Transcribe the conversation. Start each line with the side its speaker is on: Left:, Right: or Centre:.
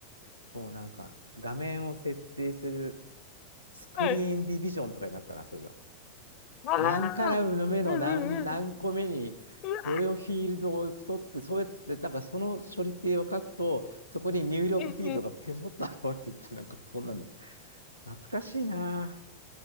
Right: もうなんか、画面を設定するスクリーンディビジョンとかになったな、
Left: はい
Right: そういえば。
Left: ああ、
Right: 何カラムの目の何、
Left: うんうんうん。
Right: 何個目に、
Left: うわ、
Right: これをフィールドを取って、そうやって、なんかその処理系を書くと、そこに入力フィールドがピョソッと現れるって、
Left: うんうん。
Right: なんかそんなんね、懐かしいな。